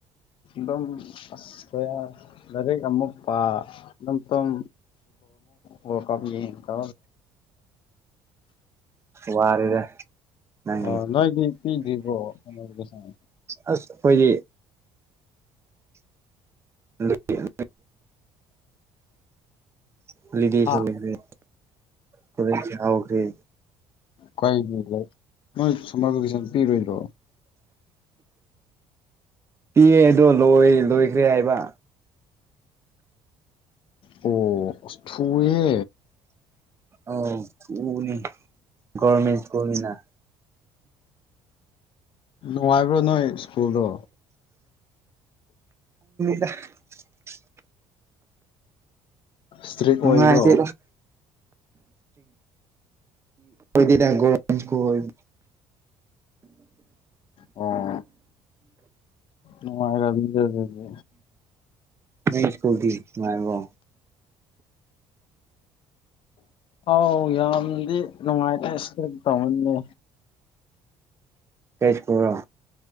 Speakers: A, on the left; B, on the right.
A: ꯝ ꯑꯁ ꯂꯥꯏꯔꯤꯛ ꯑꯃꯨꯛ ꯄꯇꯝ ꯃꯣ ꯀꯅꯤ ꯀ
B: ꯋꯥꯔꯦꯗ ꯅꯪ
A: ꯑꯣ ꯅꯣꯏꯗꯤ ꯄꯤꯗ꯭ꯔꯤꯕꯣ ꯁꯝꯃꯔ ꯚꯦꯀꯦꯁꯟ
B: ꯑꯁ ꯑꯩꯈꯣꯏꯗꯤ ꯑꯗꯨ ꯍꯂꯤꯗꯤ
A: ꯍꯥ
B: ꯆꯂꯈ꯭ꯔꯦ ꯊ ꯆ ꯑꯣꯈ꯭ꯔꯦ
A: ꯀ ꯅꯣꯏ ꯁꯝꯃꯔ ꯚꯦꯀꯦꯁꯟ ꯄꯤꯔꯣꯏꯗ꯭ꯔꯣ
B: ꯄꯤꯑꯗꯣ ꯂꯣꯏ ꯂꯣꯏꯈ꯭ꯔꯦ ꯍꯥꯏꯕ
A: ꯑꯣ ꯁꯨꯋꯦ
B: ꯑꯧ ꯎꯅꯤ ꯔꯃꯦꯁ ꯀꯃꯤꯅꯥ
A: ꯅꯨꯡꯉꯥꯏꯕ꯭ꯔꯣ ꯅꯣꯏ ꯁ꯭ꯀꯨꯜꯗꯣ
B: <unintelligible>
A: ꯏꯁꯇ꯭ꯔꯤꯛ
B: ꯉꯅꯨꯡꯉꯥꯏꯗꯤ
A: ꯑꯣꯏꯕ꯭ꯔꯣ
B: ꯗꯤꯒꯖ ꯀꯣꯏ <inaudible>
A: ꯑꯣ ꯅꯨꯡꯉꯥꯏꯔꯝꯅꯤꯗ ꯑꯗꯨꯗꯤ
B: ꯃ ꯏꯁꯀꯨꯜ ꯊ ꯃꯕ
A: ꯑꯥꯎ ꯌꯥꯝꯗꯤ ꯅꯨꯡꯉꯥꯏꯇ꯭ꯔꯦꯁ ꯀꯃꯅꯦ
B: ꯀꯩꯁꯄꯔꯣ